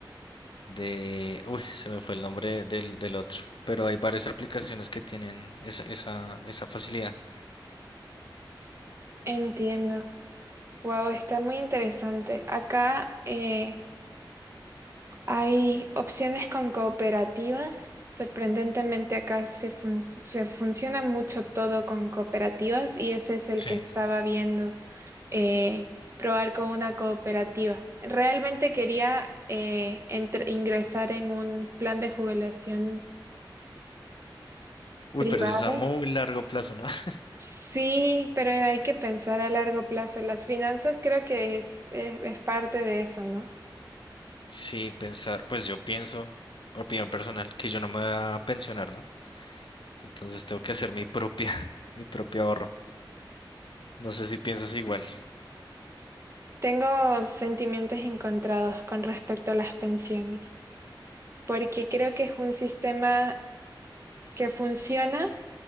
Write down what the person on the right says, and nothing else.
Entiendo. Wow, está muy interesante. Acá eh, hay opciones con cooperativas. Sorprendentemente acá se, fun- se funciona mucho todo con cooperativas y ese es el
que estaba viendo, eh, probar con una cooperativa. Realmente quería eh, entr- ingresar en un plan de jubilación
privada.
Sí, pero hay que pensar a largo plazo. Las finanzas creo que es, es es parte de eso, ¿no?
Tengo sentimientos encontrados con respecto a las pensiones, porque creo que es un sistema que funciona,